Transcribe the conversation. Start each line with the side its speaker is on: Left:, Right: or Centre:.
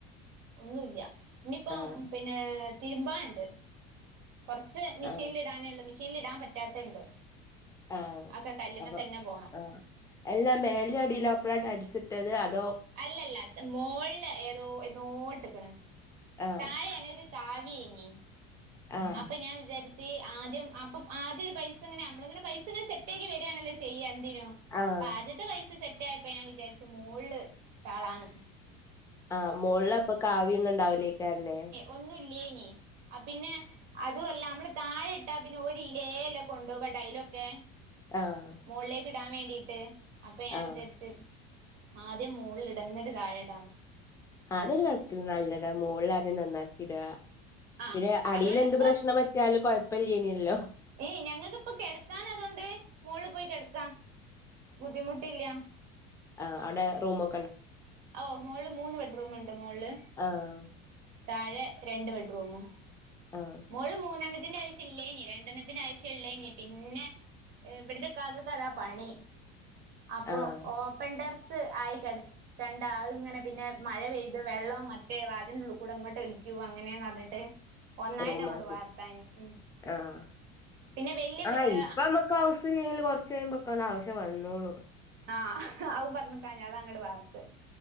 Right: ഒന്നൂല്ല ഇനിയിപ്പം
Left: ആഹ്
Right: പിന്നെ തിരുമ്പാണ്ട് കൊറച്ച് മെഷീനിൽ
Left: ആഹ്
Right: ഇടാനേള്ളു മെഷീനിൽ ഇടാൻ പറ്റാത്ത്ണ്ട്
Left: ആഹ്
Right: അതൊക്കെ കല്ല്മെ
Left: അപ്പൊ
Right: തന്നെ പോണം
Left: ആഹ് എല്ലാ മേല അടിയില അപ്പഴാണ് ടൈൽസ് ഇട്ടത് അടിച്ചി
Right: അല്ലല്ല ത് മോള്ൾ എന്നോട്ട്ക്കണ്
Left: ആഹ്
Right: താഴെ ഞങ്ങക്ക് കാവിയേനി
Left: ആഹ്
Right: അപ്പ ഞാൻ വിചാരി ച്ച് ആദ്യം അപ്പം ആദ്യൊരു പൈസിങ്ങനെ നമ്മളിങ്ങനെ പൈസ ഇങ്ങനെ സെറ്റ് ആക്കി വരാണല്ലോ ചെയ്യാ എന്തിനും
Left: ആഹ്
Right: അപ്പൊ ആദ്യത്തെ പൈസ സെറ്റായപ്പ ഞാൻ വിചാരിച്ചു മോള്ള് ഇട്ടാളാണ്
Left: ആഹ് മോളിലപ്പ കാവിയൊന്നും ഇണ്ടാവില്ലേക്കാരല്ലേ
Right: ഒന്നു ഇല്ല്യേനി ആഹ് പിന്നെ അതും അല്ല നമ്മള് താഴെ ഇട്ടാ പിന്നെ ഓരിലേല്ലെ കൊണ്ടോവ ടൈലൊക്കെ
Left: ആഹ്
Right: മോളിലേക്ക് ഇടാൻ വേണ്ടിട്ട് അപ്പൊ ഞാൻ
Left: ആഹ്
Right: വിചാരിച്ചു ആദ്യം മോളിലിട എന്നിട്ട താഴിടാന്ന്
Left: അതൊരു കന്നക്ക്ന്ന് നല്ലതാ മോളിലാദ്യം നന്നാക്കി ഇടാ
Right: ആഹ്
Left: പിന്നെ അടിയില്
Right: അതോണ്ടിപ്പ
Left: എന്ത് പ്രശ്നം പറ്റിയാലും കൊഴപ്പില്ലേയിന്നല്ലോ
Right: ഏയ് ഞങ്ങക്കിപ്പ കെടക്കാൻ അതോണ്ട് മോളില് പോയി കെടക്കാം ബുദ്ധിമുട്ടില്ല
Left: ആഹ് അവടെ റൂമൊ
Right: ഓ മോളില് മൂന്ന് ബെഡ്റൂമൊണ്ട് മോള്ല്
Left: ആഹ്
Right: താഴെ രണ്ട് ബെഡ്റൂമിം
Left: ആഹ്
Right: മോള്ല് മൂന്നെണ്ണത്തിന്റെ ആവശ്യ ഇല്ലേയ്നി രണ്ടെണ്ണത്തിന് ആവശ്യുള്ളേനി പിന്നെ എവിടത്തെ ഇക്കകകത പണി അപ്പൊ
Left: ആഹ്
Right: ഓപ്പൺടെർസ് ആയി ചെട് കണ്ട അയ് ഇങ്ങനെ പിന്നെ മഴ പെയ്ത് വെള്ളം മറ്റേ വാതില്ന്റെ ഉൾക്കൂടെ ഇങ്ങൊട്ട് ഒലിക്കു അങ്ങനെയാന്നറഞ്ഞിട്ട് പറഞ്ഞിട്ട് ഒന്നായിട്ട്
Left: റോമാക്ക
Right: അങ്ങോട്ട് വാർത്താഞ്ഞ് ഉം
Left: ആഹ്
Right: പിന്നെ വല്യ
Left: ആ
Right: ഏഹ്
Left: ഇപ്പ നമ്മക്ക് ഹൌസ് <unintelligible> കുറച്ച് കഴുമ്പൊക്കേ ആവശ്യം വരുന്നോള്ളൂ
Right: ആഹ് അവും പറഞ്ഞക്കാണ്ട് അത അങ്ങടെ വാർത്